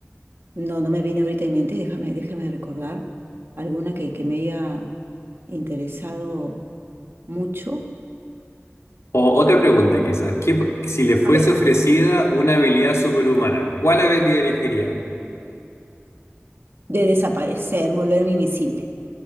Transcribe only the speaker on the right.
no, no me viene ahorita en mente. Déjame, déjame recordar alguna que, que me haya interesado mucho.
A ver,
de desaparecer, volverme invisible.